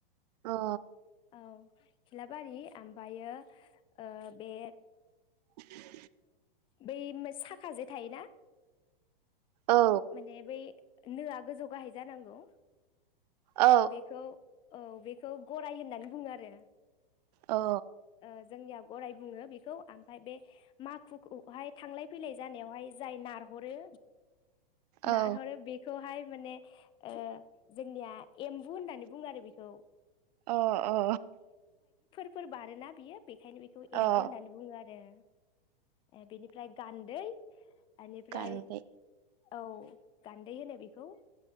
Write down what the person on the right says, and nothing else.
औ अ
<inaudible>
औ
औ
औ
औ
अ अ
अ
गान्दै